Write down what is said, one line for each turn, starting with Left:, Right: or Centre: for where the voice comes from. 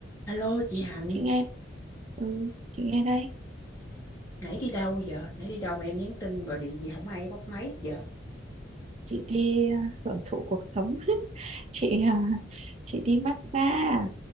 Left: Alo chị
Right: chị
Left: Hạnh,
Right: chị nghe ừ, chị nghe đây
Left: nãy đi đâu giờ? Nãy đi đâu mà em nhắn tin gọi điện gì không ai bắt máy hết giờ.
Right: chị đi à, hưởng thụ cuộc sống <laughs> chị à, chị đi massage à?